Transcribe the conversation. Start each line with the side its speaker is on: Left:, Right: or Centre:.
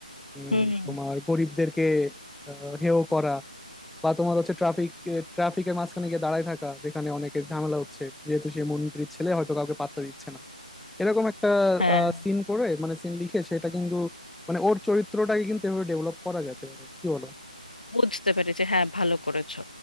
Centre: উম,
Left: হুম
Centre: তোমার গরিবদেরকে আহ, হেয় করা বা তোমার হচ্ছে ট্রাফিক ট্রাফিকের মাঝখানে গিয়ে দাঁড়ায় থাকা যেখানে অনেকের ঝামেলা হচ্ছে যেহেতু সে মন্ত্রীর ছেলে হয়তো কাউকে পাত্তা দিচ্ছে না এরকম একটা
Left: হ্যাঁ
Centre: সিন করে মানে সিন লিখে সেটা কিন্তু মানে ওর চরিত্রটাকে কিন্তু এভাবে ডেভেলপ করা যেতে পারে কি বলো
Left: বুঝতে পেরেছি হ্যাঁ ভালো করেছো